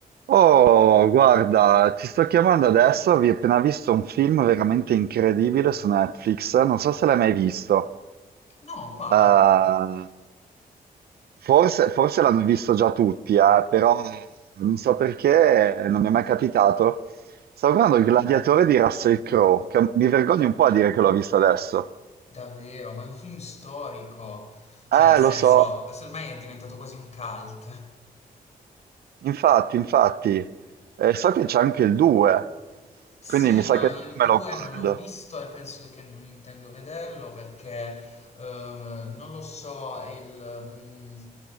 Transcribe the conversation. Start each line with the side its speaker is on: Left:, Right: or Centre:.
Right: Oh, guarda, ti sto chiamando adesso, ho appena visto un film veramente incredibile su Netflix, non so se l'hai mai visto.
Left: No, quale?
Right: Eh, forse forse l'hanno visto già tutti, eh, però non so perché, non mi è mai capitato. Stavo guardando Il Gladiatore di Russell Crowe, che mi vergogno un po' a dire che l'ho visto adesso.
Left: Davvero, ma è un film storico. Cioè,
Right: Eh,
Left: nel senso,
Right: lo so,
Left: ormai è diventato quasi un cult.
Right: infatti, infatti, Eh, so che c'è anche il 2,
Left: Sì,
Right: quindi mi sa
Left: ma
Right: che dopo
Left: il
Right: me
Left: 2
Right: lo guardo.
Left: non l'ho visto e penso che non intendo vederlo perché ehm, non lo so, il, mm,